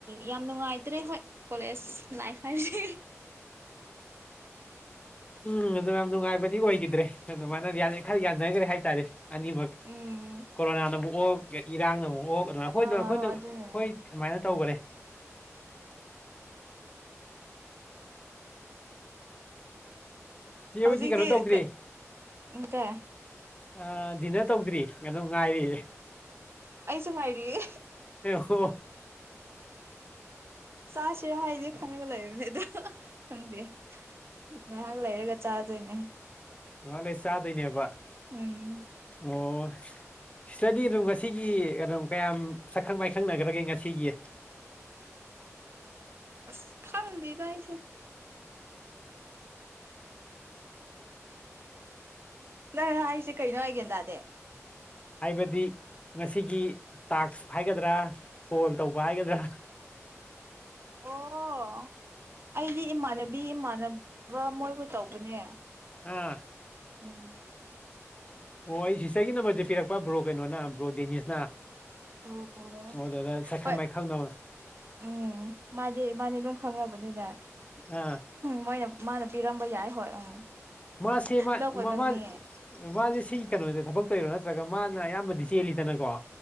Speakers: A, on the right (about 50°); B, on the left (about 25°).
A: ꯌꯥꯝ ꯅꯨꯡꯉꯥꯏꯇ꯭ꯔꯦ ꯍꯣꯏ ꯀꯣꯂꯦꯖ ꯂꯥꯏꯐ ꯍꯥꯏꯁꯦ
B: ꯎꯝ ꯑꯗꯨ ꯌꯥꯝ ꯅꯨꯡꯉꯥꯏꯕꯗꯤ ꯑꯣꯏꯈꯤꯗ꯭ꯔꯦ ꯑꯗꯨꯃꯥꯏꯅ ꯈꯔ ꯌꯥꯖꯈ꯭ꯔꯦ ꯍꯥꯏꯇꯥꯔꯦ ꯑꯅꯤꯕ
A: ꯎꯝ
B: ꯀꯣꯔꯣꯅꯥ ꯑꯅꯕꯨ ꯑꯣ ꯏꯔꯥꯡꯅ ꯃꯑꯣ ꯑꯩꯈꯣꯏꯗꯣ
A: ꯑꯥ
B: ꯑꯩꯈꯣꯏꯅ
A: ꯑꯗꯨꯅꯦ
B: ꯍꯣꯏ ꯑꯗꯨꯃꯥꯏꯅ ꯇꯧꯒꯔꯦ ꯆꯦ
A: ꯍꯧꯖꯤꯛꯇꯤ
B: ꯍꯣꯏꯗꯤ ꯀꯩꯅꯣ ꯇꯧꯗ꯭ꯔꯤ
A: ꯀꯥ ꯑꯝ ꯀꯥꯏ
B: ꯑ ꯗꯤꯟꯅꯔ ꯇꯧꯗ꯭ꯔꯤ ꯑꯗꯨꯝ ꯉꯥꯏꯔꯤ
A: ꯑꯩꯁꯨ ꯉꯥꯏꯔꯤꯌꯦ
B: ꯑꯣ
A: ꯆꯥꯁꯤꯔ ꯍꯥꯏꯁꯦ ꯈꯪꯉꯒ ꯂꯩꯕꯅꯦ ꯑꯗꯣ ꯈꯪꯗꯦ ꯉꯥꯏꯍꯥꯛ ꯂꯩꯔꯒ ꯆꯥꯗꯣꯏꯅꯦ
B: ꯃꯥꯂ ꯁꯥ ꯑꯗꯨꯅꯦꯕ <unintelligible>
A: ꯎꯝ
B: ꯑꯣ ꯁꯤꯗꯗꯤ ꯑꯗꯨꯝ ꯉꯁꯤꯒꯤ ꯀꯝ ꯀꯌꯥꯝ ꯁꯛꯈꯪ ꯃꯥꯏꯈꯪꯅꯈ꯭ꯔꯒꯦ ꯉꯁꯤꯒꯤ
A: ꯑꯁ ꯈꯪꯗꯦꯗ ꯑꯩꯁꯦ ꯅꯪ ꯍꯥꯏꯔꯤꯁꯦ ꯀꯩꯅꯣ ꯑꯩ ꯒꯌꯥꯟ ꯇꯗꯦ
B: ꯍꯥꯏꯕꯗꯤ ꯉꯁꯤꯒꯤ ꯇꯥꯛꯁ ꯍꯥꯏꯒꯗ꯭ꯔꯥ ꯀꯣꯜ ꯇꯧꯕ ꯍꯥꯏꯒꯗ꯭ꯔꯥ
A: ꯑꯣ ꯑꯩꯗꯤ ꯏꯃꯥꯟꯅꯕꯤ ꯏꯃꯥꯟꯅꯕ ꯃꯣꯏꯕꯨ ꯇꯧꯕꯅꯦ
B: ꯑꯥ
A: ꯑꯝ
B: ꯑꯣ ꯑꯩ ꯁꯤꯁꯇꯔꯒꯤ ꯅꯝꯕꯔꯁꯦ ꯄꯤꯔꯛꯄ ꯕ꯭ꯔꯣ ꯀꯩꯅꯣꯅ ꯕ꯭ꯔꯣ ꯗꯦꯅꯤꯁꯅ
A: ꯑꯣ
B: ꯑꯗꯨꯗ ꯁꯛꯈꯪ
A: ꯍꯣꯏ
B: ꯃꯥꯏꯈꯪꯅ
A: ꯎꯝ ꯃꯥꯗꯤ ꯃꯥꯗꯤ ꯑꯗꯨꯝ ꯈꯪꯉꯕꯅꯤꯅ
B: ꯑꯥ
A: ꯃꯣꯏꯅ ꯃꯥꯅ ꯄꯤꯔꯝꯕ ꯌꯥꯏ ꯍꯣꯏ ꯎꯝ
B: ꯃꯥꯁꯤꯦ ꯃꯥ <unintelligible>
A: ꯅꯣꯛꯄꯨ ꯅꯣꯛꯅꯤꯡꯉꯦ
B: ꯁꯤꯒꯤ ꯀꯩꯅꯣꯗ ꯊꯕꯛ ꯇꯧꯔꯣ ꯅꯠꯇ꯭ꯔꯒ ꯃꯥꯅ ꯑꯌꯥꯝꯕꯗꯤ ꯆꯦꯜꯂꯤꯗꯅꯀꯣ